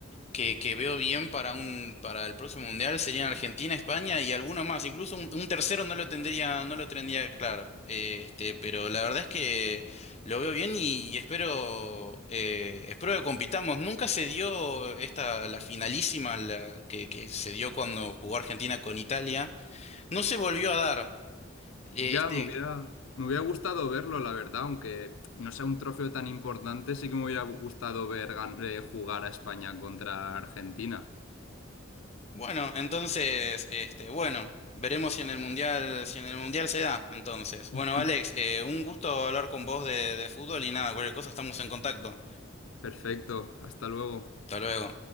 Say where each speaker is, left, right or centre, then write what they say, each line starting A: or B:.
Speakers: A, on the left (about 35°); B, on the left (about 80°).
A: que, que veo bien para un, para el próximo mundial serían Argentina, España y alguno más, incluso un, un tercero no lo tendría, no lo tendría claro, Eh, este, pero la verdad es que lo veo bien y, y espero, eh, espero que compitamos. Nunca se dio esta, la finalísima la, que, que se dio cuando jugó Argentina con Italia. No se volvió a dar. Eh,
B: Ya
A: Este,
B: me hubiera, me hubiera gustado verlo, la verdad, aunque no sea un trofeo tan importante, sí que me hubiera gustado ver gan- eh, jugar a España contra Argentina.
A: bueno, entonces, este, bueno, veremos si en el mundial, si en el mundial se da, entonces. Bueno,
B: <laughs>
A: Alex, eh, un gusto hablar con vos de, de fútbol y nada, cualquier cosa estamos en contacto.
B: Perfecto, hasta luego.
A: Hasta luego.